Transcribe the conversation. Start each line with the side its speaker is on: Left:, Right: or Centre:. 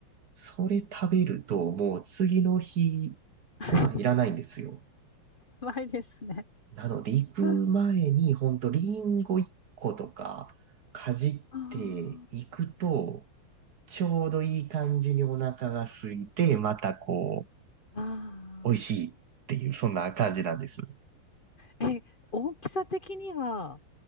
Right: それ食べるともう次の日、
Left: <laughs>
Right: ご飯いらないんですよ。
Left: やばいですね。
Right: なので、行く前に、
Left: <laughs>
Right: ほんと、リンゴ1個とか、かじっていくと、
Left: あ
Right: ちょうどいい感じにお腹が空いて、またこう、
Left: あ
Right: 美味しいっていう、そんな感じなんです。
Left: ー。え、大きさ的には、